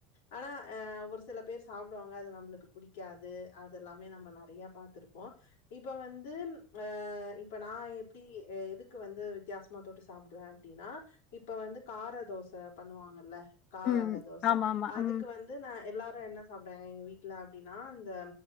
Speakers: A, on the left; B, on the left.
A: ஆனா அஹ ஒரு சில பேர் சாப்பிடுவாங்க அது நம்மளுக்கு பிடிக்காது அததுெல்லாமே நம்ம நிறைய பாத்திருப்போம் இப்ப வந்து அஹ இப்ப நான் எப்படி எதுக்கு வந்து வித்தியாசமா தொட்டு சாப்பிடுவேன் அப்படின்னா இப்ப வந்து கார தோசை பண்ணுவாங்கல்ல கார
B: ம்.
A: அட தோசை
B: ஆமா, ஆமா.
A: அதுக்கு
B: ம்,
A: வந்து நான் எல்லா என்ன சாப்பிடுாங்க எங்க வீட்டுல அப்படின்னா இந்த